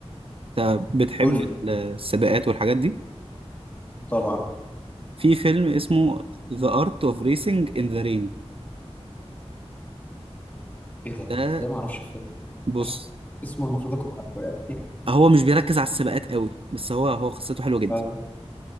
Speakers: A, on the right; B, on the left.
A: أنت بتحب
B: قول لي
A: السباقات والحاجات دي
B: طبعا
A: في فيلم اسمه The Art of Racing in the Rain
B: ايه ده
A: ده
B: ازاي ما اعرفش الفيلم ده؟
A: بص
B: حاسس اسمه المفروض اكون عارفه يعني
A: هو مش بيركز على السباقات قوي بس هو هو قصته
B: <laughs>
A: حلوة جدا
B: اه